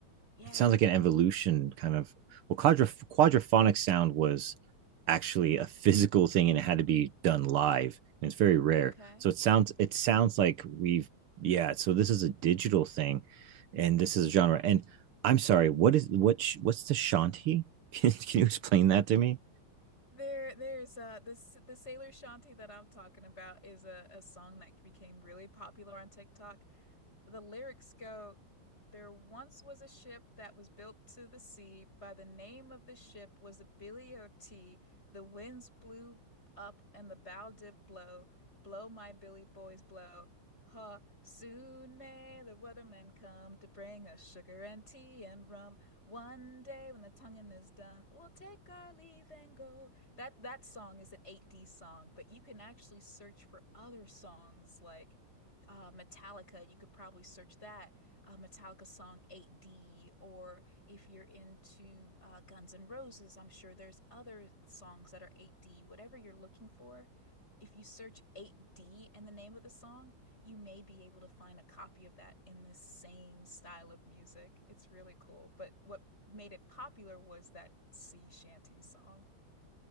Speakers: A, on the left (about 30°); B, on the right (about 85°).
A: Yeah.
B: It sounds like an evolution kind of. Well, quadra quadraphonic sound was actually a physical thing, and it had to be done live, and it's very rare.
A: Okay.
B: So it sounds it sounds like we've yeah. So this is a digital thing, and this is a genre. And I'm sorry, what is what sh- what's the Shanti? <laughs> Can, can you explain that to me?
A: There, there's uh this the Sailor Shanty that I'm talking about is a, a song that became really popular on TikTok the lyrics go, There once was a ship that was built to the sea. By the name of the ship was the Billy O.T. The winds blew up and the bow did blow. Blow, my Billy boys, blow. Ha, soon may the weathermen come to bring us sugar and tea and rum. One day when the tonguing is done, we'll take our leave and go. That that song is an 8D song, but you can actually search for other songs like uh, Metallica, you could probably search that uh, Metallica song 8D. Or if you're into uh, Guns N' Roses, I'm sure there's other songs that are 8D. Whatever you're looking for, if you search 8D and the name of the song, you may be able to find a copy of that in this same style of music. It's really cool. But what made it popular was that sea shanty song.